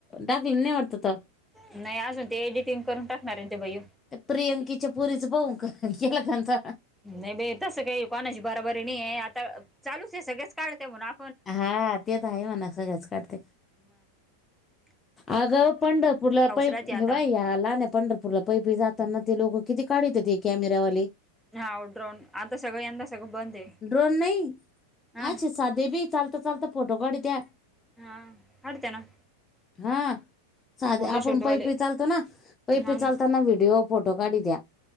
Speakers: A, on the left; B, in the centre.
A: टाकले नाही वाटतं तर
B: नाही अजून ते एडिटिंग करून टाकणार आहे ते भाई
A: ते प्रियांकीेच्या पुरीच पाऊ का केला त्यांचा
B: नाही बे तसं काही कोणाची बराबरी नाही आता चालूच आहे सगळच काढते म्हणा
A: हा ते तर आहे म्हणा सगळेच काढतेत
B: मग
A: अगा पंढरपूरला प
B: राहते आता
A: हेवा या लाहनात पंढरपूरला पैपी जाताना ते लोक किती काढतते कॅमेऱवाले
B: हा ड्रन आता सगळ यंदा सगळं बंद आहे.
A: ड्रोन नाही
B: हा
A: अच्छा साधेबी चालता चालता फोटो काढ त्या
B: हा वाडतेना
A: हां साधे
B: फोटोशूटवाले
A: आपण पैपी चालतो ना पैपी
B: हा ना
A: चालताना व्हिडीिओ फोटो काढी द्या.